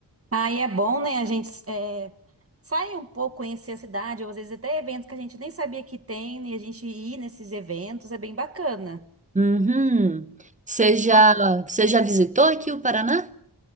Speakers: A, on the right (about 35°); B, on the right (about 20°).
A: Aí é bom, né? A gente é, sai um pouco, conhecer a cidade, ou às vezes até evento que a gente nem sabia que tem, né, e a gente ir nesses eventos é bem bacana.
B: Uhum. Você já,
A: A-
B: você já visitou aqui o Paraná?